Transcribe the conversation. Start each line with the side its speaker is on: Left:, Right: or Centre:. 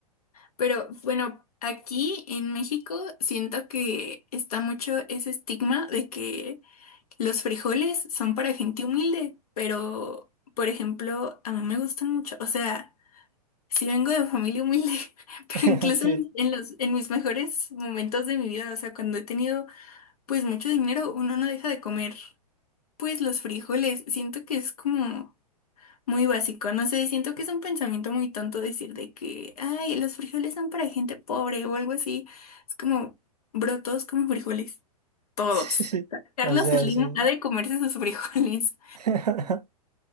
Left: Pero bueno, aquí en México siento que está mucho ese estigma de que los frijoles son para gente humilde, pero por ejemplo, a mí me gustan mucho, o sea, sí vengo de familia humilde, <laughs> pero
Right: <laughs>
Left: incluso
Right: Sí,
Left: en, en los en mis mejores momentos de mi vida, o sea, cuando he tenido pues mucho dinero, uno no deja de comer pues los frijoles, siento que es como muy básico, no sé, siento que es un pensamiento muy tonto decir de que, ay, los frijoles son para gente pobre o algo así. Es como, bro, todos como frijoles,
Right: <laughs>
Left: todos.
Right: sí,
Left: Carlos
Right: o sea,
Left: Slim
Right: sí.
Left: ha de comerse sus frijoles.
Right: <laughs>